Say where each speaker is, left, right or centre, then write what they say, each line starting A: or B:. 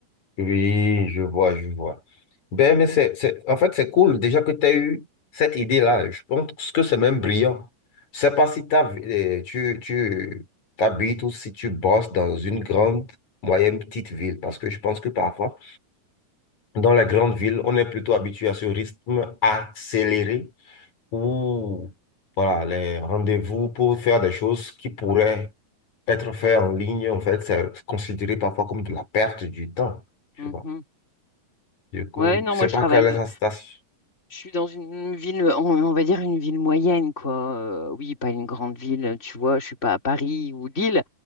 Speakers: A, on the left; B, on the left.
A: Oui, je vois, je vois. Ben, mais c'est, c'est, en fait, c'est cool déjà que tu as eu cette idée-là. Je pense que c'est même brillant. Je sais pas si t'as- euh, tu, tu t'habites ou si tu bosses dans une grande, moyenne, petite ville, parce que je pense que parfois, dans les grandes villes, on est plutôt habitué à ce rythme accéléré où, voilà, les rendez-vous pour faire des choses qui pourraient être faites en ligne, en fait, c'est considéré parfois comme de la perte du temps, tu
B: Mhm.
A: vois. Du coup,
B: Ouais, non,
A: je
B: moi
A: sais
B: je
A: pas
B: travaille
A: quelle est sa station.
B: Je suis dans une ville, on, on va dire une ville moyenne, quoi. Euh, oui, pas une grande ville, tu vois. Je suis pas à Paris ou Lille.